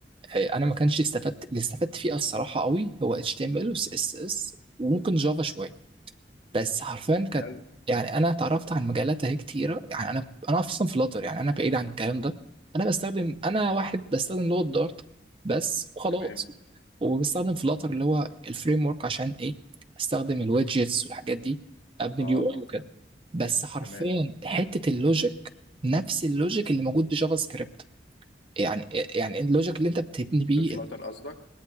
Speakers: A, on the right (about 30°); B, on the left (about 80°).
A: انا ما كانش استفدت اللي استفدت فيه الصراحه قوي هو HTML و CSS وممكن جافا شويه بس حرفيا كانت
B: حلو
A: يعني انا اتعرفت عن مجالات اهي كتيره يعني انا انا اصلا فلاتر يعني انا بعيد عن الكلام ده انا بستخدم انا واحد بستخدم لغه دارت بس وخلاص
B: تمام
A: وبستخدم فلاتر اللي هو الفريم ورك عشان ايه استخدم الويدجتس والحاجات دي ابني
B: اه
A: اليو اي
B: اه
A: وكده بس حرفيا
B: تمام
A: حته اللوجيك نفس اللوجيك اللي موجود بجافا سكريبت يعني يعني اللوجيك اللي انت بتبني بيه
B: في فلاتر
A: ال-
B: قصدك